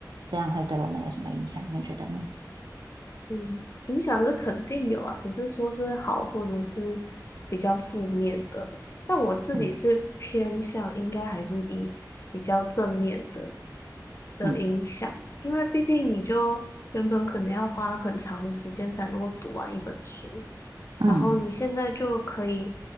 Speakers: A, on the right; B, on the left.
A: 这样会对我们有什么影响？你觉得呢？
B: 嗯，影响是肯定有啊，只是说是好或者是比较负面的。但我自己是偏向应该还是以比较正面的，
A: 嗯
B: 的影响，
A: 嗯。
B: 因为毕竟你就原本可能要花很长的时间才能够读完一本书，
A: 嗯
B: 然后你现在就可以